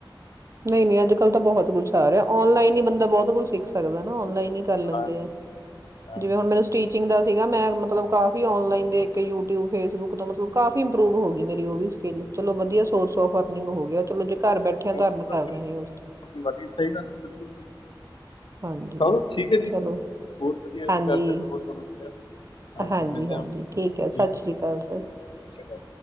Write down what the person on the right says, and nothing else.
ਨਹੀਂ ਨਹੀਂ, ਅੱਜ ਕੱਲ ਤਾਂ ਬਹੁਤ ਕੁਛ ਆ ਰਿਹਾ! ਔਨਲਾਈਨ ਹੀ ਬੰਦਾ ਬਹੁਤ ਕੁਛ ਸਿੱਖ ਸਕਦਾ ਹੈਂ ਨਾ ਔਨਲਾਈਨ ਕਰ ਲੈਂਦੇ
ਆ!
ਜਿਵੇਂ ਹੁਣ ਮੇਰੇ ਸਟੀਚਿੰਗ ਦਾ ਸੀਗਾ ਮੈਂ ਮਤਲਬ ਕਾਫੀ ਔਨਲਾਈਨ ਦੇ ਇੱਕ ਯੂਟਿਊਬ ਫੇਸਬੁੱਕ ਤੋਂ ਮਤਲਬ ਕਾਫੀ ਇੰਪਰੂਵ ਹੋ ਗਈ ਮੇਰੀ ਉਹ ਵੀ ਸਕਿੱਲ ਚਲੋ ਵਧੀਆ ਸੋਰਸ ਆਫ ਅਰਨਿੰਗ ਹੋ ਗਿਆ ਚਲੋ ਘਰ ਬੈਠਿਆਂ
ਧਰਮ।
ਕਰ
ਰਹੇ ਹੋ ਉਸ ਤੋਂ
ਹਾਂਜੀ,
ਚਲੋ
ਹਾਂਜੀ,
ਹਾਂਜੀ,
ਹਾਂਜੀ
ਠੀਕ ਹੈ ਸਤਿ
ਸ਼੍ਰੀ ਅਕਾਲ, ਸਰ।